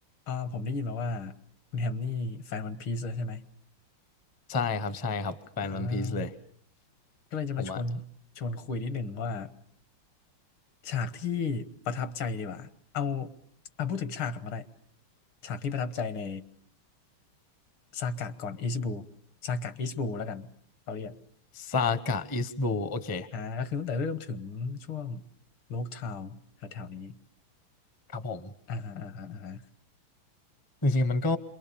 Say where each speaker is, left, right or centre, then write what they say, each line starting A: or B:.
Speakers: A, on the left (about 70°); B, on the left (about 20°).
A: อ่าผมได้ยินมาว่าคุณแฮมนี่แฟนวันพีซเลยใช่ไหม
B: ใช่ครับใช่ครับแฟนวันพีซเลย
A: อ่าก็เลยจะมาชวน
B: ผมอะ
A: ชวนคุยนิดหนึ่งว่าฉากที่ประทับใจดีกว่าเอาเอาพูดถึงฉากก่อนก็ได้ฉากที่ประทับใจในซากะก่อนอิชิบูซากะอิชิบูแล้วกันเขาเรียก
B: ซากะอิสบูโอเค
A: อ่าก็คือตั้งแต่เริ่มถึงช่วงโลกทาวแถวๆนี้
B: ครับผม
A: อ่าฮะอ่าฮะอ่าฮะ
B: จริงๆมันก็